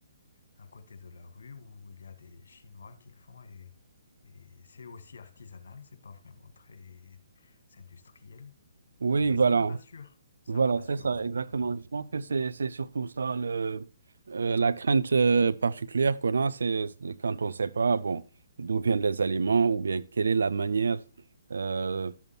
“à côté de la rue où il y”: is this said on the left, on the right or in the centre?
Left